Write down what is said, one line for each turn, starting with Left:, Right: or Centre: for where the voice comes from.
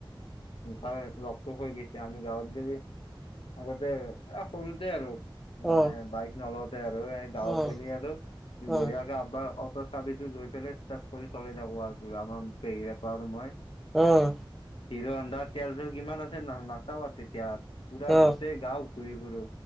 Left: তাৰ লগটো খুলি গৈছে আমি গাঁৱত গলে আগতে এ সৰুতে আৰু মানে
Centre: অ
Left: বাইক নলওতে আৰু এই গাঁৱত
Centre: অ',
Left: গলে আৰু
Centre: অ',
Left: বঢ়িয়াকে আপবাৰ চাবিটো লৈ পেলাই ষ্ট'থ কৰি চলি যাকো আৰু আমাৰ পেহীয়েকৰ আৰু মই
Centre: উম
Left: হিৰো হন্ধাৰ তেল চল কিমান আছে নাচাবা তেতিয়া পুৰা
Centre: অ',
Left: গোটেই গাও ঘূৰি ফুুৰো